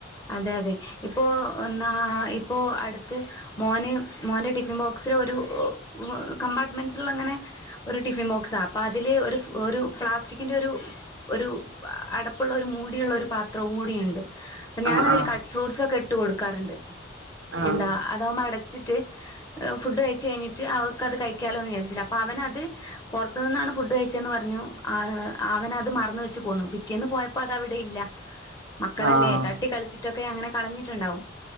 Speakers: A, on the left (about 20°); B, on the right (about 70°).
A: അതെഅതെ ഇപ്പോ ഒന്നാ ഇപ്പോ അടുത്ത് മോന് മോന്റെ ടിഫിൻബോക്സിലൊരു കമ്പാർട്ട്മെൻസ്സ്ള്ളങ്ങനെ ഒരു ടിഫിൻബോക്സാ അപ്പതില് ഒരു ഒരു പ്ലാസ്റ്റിക്കിന്റെ ഒരു ഒരു അടപ്പുള്ള ഒരു മൂ ടിയുള്ള ഒരുപാത്രവുംകൂടിഉണ്ട് അപ്പൊ ഞാനതില്
B: ആഹ് ആഹ്
A: കട്ട്ഫ്രൂട്ട്സ്സൊക്കെ ഇട്ട്കൊടുക്കാറ്ണ്ട്
B: ആഹ്
A: എന്താ അതാവുമ്പോ അടച്ചിട്ട് ഫുഡ് കഴിച്ച് കഴിഞ്ഞിട്ട് അവക്കത് കഴിക്കാലോന്ന് വിയാരിചിട്ട് അപ്പൊ അവനത് പൊറ്ത്ത്ന്നാണ് ഫുഡ് കഴി ച്ചന്ന് പറഞ്ഞു ആ അവനത് മറന്ന് വെച്ച്പോന്നു, പിറ്റേന്ന് പോയപ്പോ അതവിടെ ഇല്ല മക്കളല്ലേ
B: ആഹ്
A: തട്ടിക്കളിച്ചിട്ടൊക്കെ അങ്ങനെ കളഞ്ഞിട്ടുണ്ടാവും